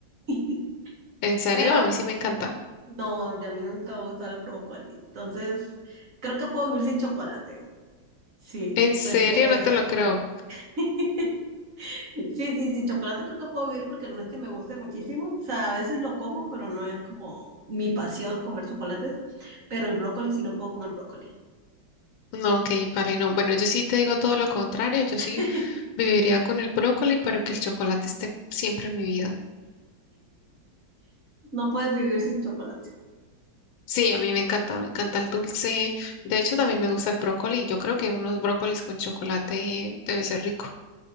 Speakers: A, on the right (about 45°); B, on the left (about 80°).
A: <laughs>
B: ¿En serio?
A: Pero
B: A mí sí me encanta.
A: no, a mí nunca me ha gustado el brócoli. Entonces, creo que puedo vivir sin chocolate. Sí,
B: ¿En serio?
A: prefiero eso.
B: No te lo creo.
A: <laughs> Sí, sí, sin chocolate creo que puedo vivir porque no es que me guste muchísimo. O sea, a veces lo como, pero no es como mi pasión comer chocolates. Pero el brócoli sí no puedo comer brócoli.
B: No, ok, vale, no. Bueno, yo sí te digo todo lo contrario. Yo
A: <laughs>
B: sí viviría con el brócoli, pero que el chocolate esté siempre en mi vida.
A: No puedes vivir sin chocolate.
B: Sí, a mí me encanta, me encanta el dulce. De hecho, también me gusta el brócoli. Yo creo que unos brócolis con chocolate debe ser rico.